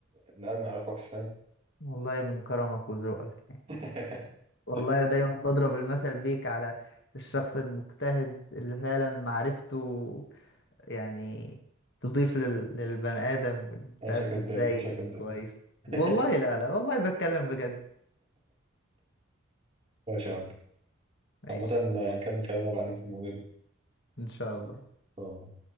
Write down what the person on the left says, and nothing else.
والله من كرمك وذوقك يعني.
والله دايما بضرب المثل بيك على الشخص المجتهد اللي فعلا معرفته يعني تضيف لل... للبني آدم وتأدي
ازاي
كويس
والله لا لا والله بتكلم بجد
ماشي
ان شاء الله